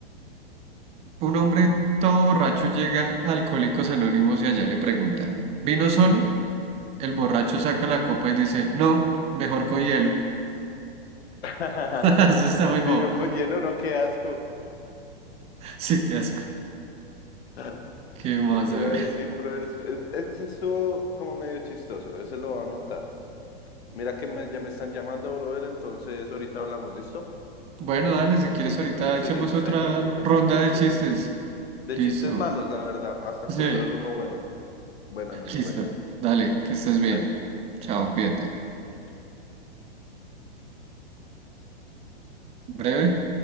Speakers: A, on the right (about 20°); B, on the left (about 80°).
A: Un hombre todo borracho llega a Alcohólicos Anónimos y allá le preguntan, ¿vino solo? El borracho saca la copa y dice, no, mejor con hielo.
B: <laughs>
A: <laughs> Eso está muy
B: Vino
A: bobo.
B: con hielo, no, qué asco.
A: Sí, qué asco.
B: <gasps> <laughs>
A: ¿Qué más?
B: ¿Qué te
A: A
B: iba
A: ver.
B: a decir, brother? Es- es- Ese estuvo como medio chistoso, ese lo va a notar. Mira que me- ya me están llamando, brother, entonces ahorita hablamos, ¿listo?
A: Bueno, dale, si
B: Y
A: quieres
B: seguimos,
A: ahorita
B: seguimos
A: echamos otra
B: ahí practicando
A: ronda
B: chistecitos.
A: de chistes.
B: De
A: Listo.
B: chistes malos, la verdad, hasta
A: Sí,
B: encontrar uno bueno. Buena, mi
A: listo.
B: pex.
A: Dale, que estés bien.
B: Bye, bye. Bueno,
A: Chao, cuídate.
B: chao,
A: Breve.